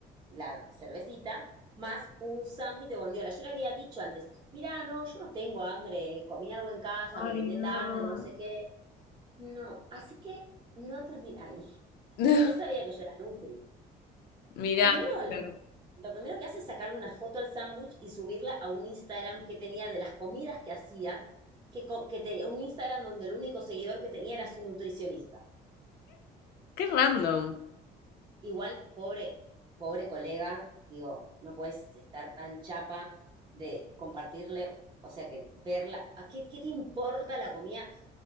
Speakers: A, on the right (about 25°); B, on the left (about 70°).
A: la cervecita más un sándwich de bondiola. Yo le había dicho antes, mirá, no, yo no tengo hambre, comí algo en casa, merendé
B: Ay, no.
A: tarde, no sé qué. No, así que no termina ahí.
B: <laughs>
A: Él sabía que yo era Nutri.
B: Mirá,
A: Primero, lo,
B: pero
A: lo primero que hace es sacarle una foto al sándwich y subirla a un Instagram que tenía de las comidas que hacía, que, co- que tenía un Instagram donde el único seguidor que tenía era su nutricionista.
B: qué random.
A: Igual, pobre, pobre colega, digo, no puedes estar tan chapa de compartirle, o sea, que verla. ¿A qué, qué te importa la comida?